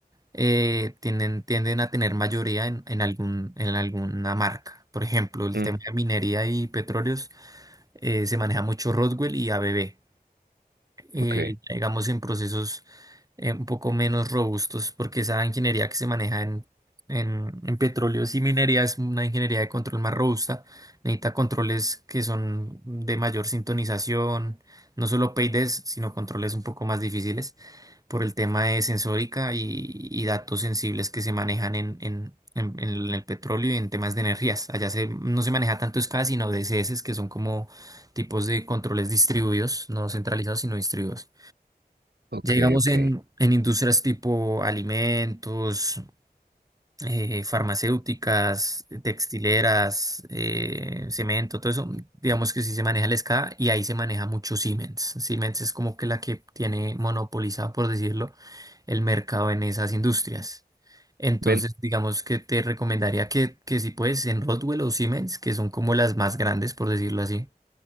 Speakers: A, on the right (about 20°); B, on the right (about 80°).
A: eh, tienden, tienden a tener mayoría en, en algún, en alguna marca. Por ejemplo, el
B: mm,
A: tema de minería y petróleos eh, se maneja mucho Rodwell y ABB eh,
B: ok,
A: ya digamos en procesos eh, un poco menos robustos, porque esa ingeniería que se maneja en, en, en petróleos y minería es una ingeniería de control más robusta. Necesita controles que son de mayor sintonización, no solo PIDs, sino controles un poco más difíciles por el tema de sensórica y, y datos sensibles que se manejan en, en, en- en el petróleo y en temas de energías. Allá se, no se maneja tanto SCADA, sino DCS, que son como tipos de controles distribuidos, no centralizados, sino distribuidos.
B: ok,
A: Ya digamos
B: ok.
A: en, en industrias tipo alimentos, eh, farmacéuticas, textileras, eh, cemento, todo eso, digamos que sí se maneja el SCADA y ahí se maneja mucho Siemens. Siemens es como que la que tiene monopolizado, por decirlo, el mercado en esas industrias. Entonces,
B: Ven,
A: digamos que te recomendaría que, que si puedes, en Rockwell o Siemens, que son como las más grandes, por decirlo así.